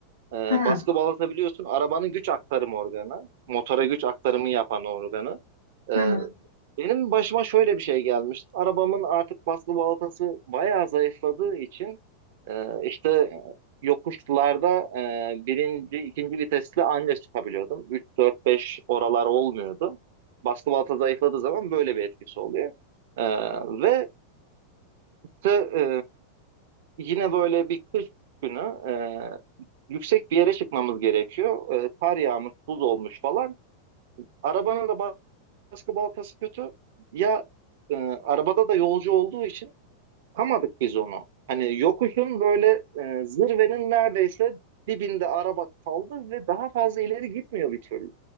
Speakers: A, on the right; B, on the right.
A: Ee,
B: Hı.
A: baskı balata biliyorsun arabanın güç aktarım organı. Motora güç aktarımı yapan organı.
B: Hı.
A: Ee,
B: hı.
A: benim başıma şöyle bir şey gelmişti. Arabamın artık baskı balatası bayağı zayıfladığı için e, işte yokuşlarda e, birinci, ikinci vitesle anca çıkabiliyordum. 3 4 5 oralar olmuyordu. Baskı balata zayıfladığı zaman böyle bir etkisi oluyor. Ee, ve işte, e, Yine böyle bir kış günü e, yüksek bir yere çıkmamız gerekiyor. E, kar yağmış, buz olmuş falan. Arabanın da baskı baltası kötü. Ya e, arabada da yolcu olduğu için kamadık biz onu. Hani yokuşun böyle e, zirvenin neredeyse dibinde araba kaldı ve daha fazla ileri gitmiyor bir türlü.